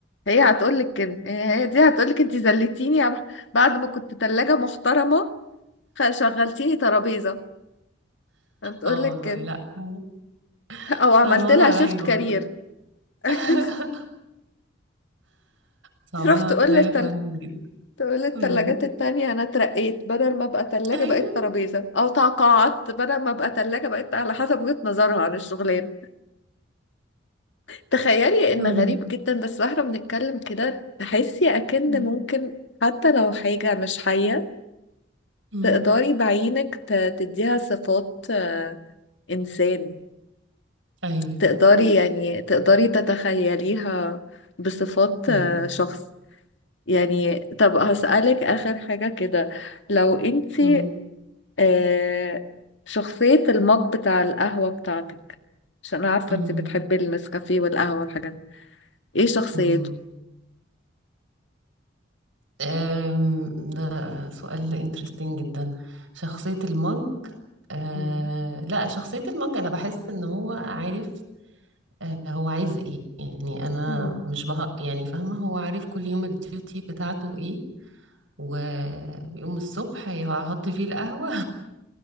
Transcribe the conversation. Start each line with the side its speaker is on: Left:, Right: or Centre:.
Left: هي هتقول لك كده هي دي هتقول لك انت ذلتيني يا بح- بعد ما كنت ثلاجة محترمة خ- شغلتيني ترابيزة هتقول
Right: اه
Left: لك
Right: والله
Left: كده
Right: لا لا،
Left: او
Right: صعبانة
Left: عملت لها
Right: عليا
Left: شيفت كارير
Right: والله
Left: <laughs>
Right: <laughs> صعبانة
Left: تروح تقول
Right: عليا
Left: للتل...
Right: فعلا جدا
Left: تقول للتلاجات
Right: أمم.
Left: التانية انا اترقيت بدل ما ابقى ثلاجة
Right: أيوة
Left: بقيت ترابيزة او تقاعدت بدل ما ابقى ثلاجة بقيت على حسب وجهة نظرها عن الشغلانة تخيلي ان
Right: أمم.
Left: غريب جدا بس واحنا بنتكلم كده تحسي
Right: <laughs>
Left: اكن
Right: أمم.
Left: ممكن حتى لو حاجة مش حية
Right: أمم.
Left: تقدري بعينك ت- تديها صفات آه، انسان
Right: أيوة
Left: تقدري يعني تقدري تتخيليها بصفات
Right: أمم.
Left: آه، شخص يعني طب هسألك اخر حاجة كده لو انتي
Right: أمم.
Left: آه، شخصية المج بتاع القهوة بتاعتك عشان أنا عارفة
Right: أمم.
Left: انتي بتحبي النسكافيه والقهوة والحاجات دي. ايه شخصيته؟
Right: أمم. أم، ده سؤال interesting جدا شخصية المج أه
Left: مم.
Right: لا شخصية المج أنا بحس إن هو عارف أه هو عايز إيه يعني أنا
Left: مم.
Right: مش بهق يعني فاهمة هو عارف كل يوم الديوتي بتاعته إيه وبيقوم الصبح هيحط فيه القهوة